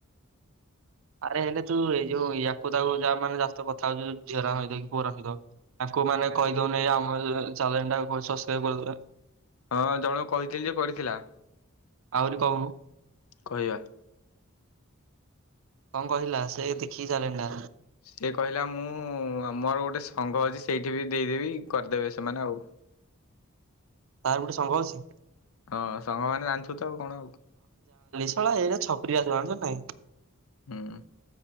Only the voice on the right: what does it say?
ଆରେ ହେଲେ ତୁ ଏଇ ଯୋଉ ୟାକୁ ତାକୁ ଯା ମାନେ ଯା ସହିତ କଥା ହଉଛୁ ଝିଅରାଙ୍କ ସହିତ କି ପୁଅରାଙ୍କ ସହିତ ତାକୁ ମାନେ କହିଦଉନୁ ଏଇ ଚାଲେନ୍ ଟାକୁ ସସ୍କ୍ରାଇବି କରିଦେବେ।
ଆହୁରି କହୁ
କଣ କହିଲା ସେ ଦେଖିକି ଚାଲେଣି ଟା
ତାର ଗୋଟେ ସଂଙ୍ଘ ଅଛି।
ସଳା ଏଇଟା ଛପ୍ରି ଜଣିଛ ନାଇଁ